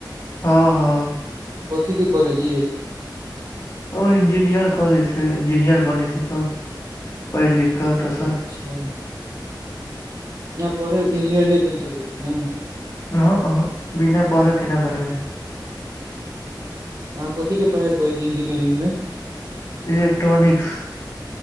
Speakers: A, on the left (about 40°); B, on the right (about 50°).
A: हँ हँ
B: कथि कि कहलेज।
A: ओ इंजीनियर कॉलेज छै, इंजीनियर बनै छै, सभ। पहिलिख कऽ अतोसँ।
B: अच्छा पढ़ै इन्जीनियर नहि बनि सकै छै?
A: अहा, अहा, बिना पढ़ल केना बनबै।
B: अहाँ कथिके पढ़ाइ करै छी इंजीनियरि मे।
A: इलेक्ट्रॉनिक्स।